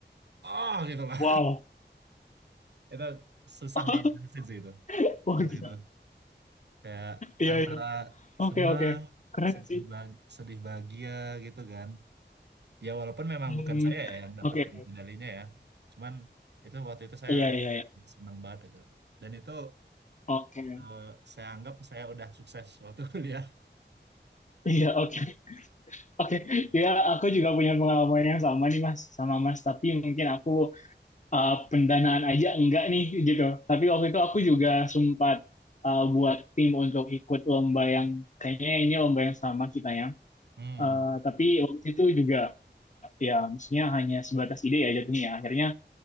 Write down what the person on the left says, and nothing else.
Wow.
<laughs>
Wah,
gila.
Iya,
iya. Oke,
oke. Keren
sih.
Hmm.
Oke.
Iya, iya, iya.
Oke.
Iya, oke. Oke. Iya, aku juga punya pengalaman yang sama nih, Mas. Sama Mas, tapi mungkin aku eh, pendanaan aja enggak nih gitu. Tapi waktu itu aku juga sempat eh, buat tim untuk ikut lomba yang kayaknya ini lomba yang sama kita ya.
Eh, tapi waktu itu juga ya maksudnya hanya sebatas ide ya jatuhnya. ya. Akhirnya